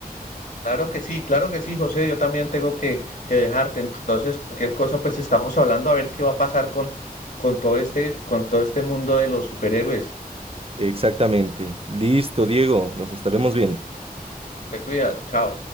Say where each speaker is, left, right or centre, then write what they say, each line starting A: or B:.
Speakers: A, on the left (about 50°); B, on the right (about 40°).
A: Claro que sí, claro que sí, José. Yo también tengo que, que dejarte. Entonces, cualquier cosa, pues estamos hablando a ver qué va a pasar con, con todo este, con todo este mundo de los superhéroes.
B: Exactamente. Listo, Diego, nos estaremos viendo.
A: Te cuidas, chao.